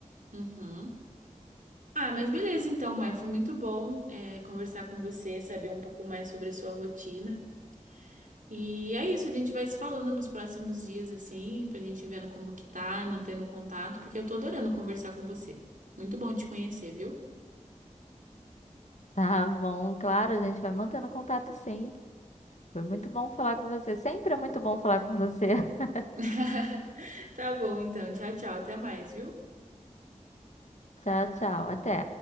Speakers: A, on the right; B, on the left.
A: Uhum. Ah, mas beleza então, Maia, foi muito bom é, conversar com você, saber um pouco mais sobre a sua rotina. E é isso, a gente vai se falando nos próximos dias, assim, pra gente ir vendo como que tá e mantendo contato, porque eu tô adorando conversar com você. Muito bom te conhecer, viu?
B: Tá bom, claro, a gente vai mantendo contato sim. Foi muito bom falar com você. Sempre é muito bom falar com você. <laughs>
A: <laughs> Tá bom, então. Tchau, tchau. Até mais, viu?
B: Tchau, tchau. Até.